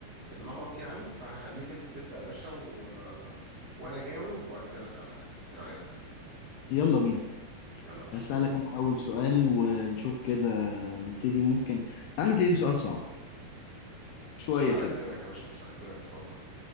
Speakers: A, on the right; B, on the left.
A: النمط يعني فهخليك انت تبدا يا باشا و... آه، وانا جاوب وبعد كده اسالك انا ايه رايك
B: يلا بينا
A: يلا يا باشا
B: أسألك أنا أول سؤال ونشوف كده نبتدي ممكن تعال نبتدي بسؤال صعب شوية
A: مستعد
B: كده
A: لك يا باشا مستعد لك اتفضل